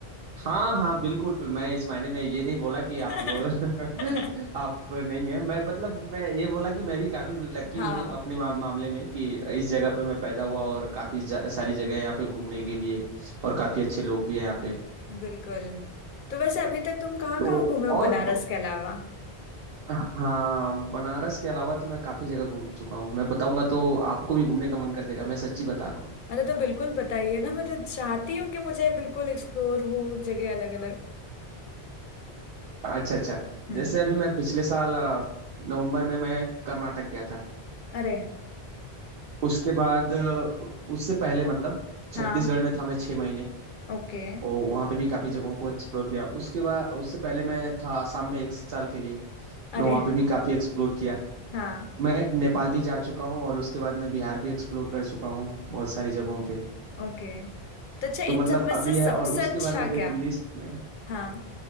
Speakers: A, on the right; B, on the left.
A: हाँ हाँ बिल्कुल मैं इस मायने में ये नहीं बोला कि
B: <laughs>
A: आप <laughs> आप नहीं है मैं मतलब मैं ये बोला कि मैं भी काफी लकी
B: हाँ
A: हूँ अपने मा, मामले में कि इस जगह पे मैं पैदा हुआ और काफी ज- सारी जगह है यहाँ पे घूमने के लिए और काफी अच्छे लोग भी हैं यहाँ पे
B: बिल्कुल तो वैसे अभी तक तुम कहाँ
A: तो
B: कहाँ घूमे हो
A: और
B: बनारस के अलावा
A: अ, हाँ बनारस के अलावा तो मैं काफी जगह घूम चुका हूँ मैं बताऊंगा तो आपको भी घूमने का मन कर देगा मैं सच्ची बता रहा हूँ
B: अरे तो बिल्कुल बताइए ना मैं तो चाहती हूँ कि मुझे बिल्कुल एक्सप्लोर हो जगह अलग अलग
A: अच्छा अच्छा
B: हम्म
A: जैसे अभी मैं पिछले साल अ, नवंबर में मैं कर्नाटक गया था
B: अरे
A: उसके बाद अ, उससे पहले मतलब छत्तीसगढ़
B: हाँ
A: में था मैं छः महीने
B: ओके
A: और वहाँ पे भी काफ़ी जगहों को एक्सप्लोर किया उसके बाद उससे पहले मैं था आसाम में एक साल के लिए
B: अरे
A: मैं वहाँ पे भी काफ़ी एक्सप्लोर किया
B: हाँ
A: मैं नेपाल भी जा चुका हूँ और उसके बाद मैं बिहार भी एक्सप्लोर कर चुका हूँ बहुत सारी जगहों पे
B: ओके तो अच्छा इन
A: तो मतलब
B: सब में
A: अभी
B: से सबसे
A: है और उसके
B: अच्छा
A: बाद मेरे
B: क्या
A: लिस्ट में
B: हाँ